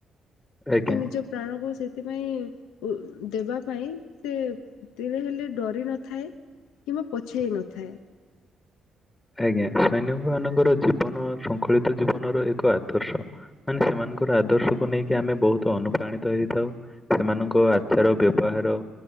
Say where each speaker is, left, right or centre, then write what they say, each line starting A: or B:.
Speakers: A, on the left; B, on the left.
A: ଆଜ୍ଞା
B: ସେ ନିଜ ପ୍ରାଣକୁ ସେଥିପାଇଁ ଉ ଦେବା ପାଇଁ ସେ ତିଳେ ହେଲେ ଡରି ନଥାଏ କିମ୍ବା ପଛେଇ ନଥାଏ।
A: ଆଜ୍ଞା ସୈନିକ ମାନଙ୍କର ଜୀବନ ଶୃଙ୍ଖଳିତ ଜୀବନର ଏକ ଆଦର୍ଶ। ମାନେ ସେମାନଙ୍କର ଆଦର୍ଶକୁ ନେଇକି ଆମେ ବୋହୁତ ଅନୁପ୍ରାଣିତ ହେଇଥାଉ। ସେମାନଙ୍କ ଆଚାର ବ୍ୟବହାର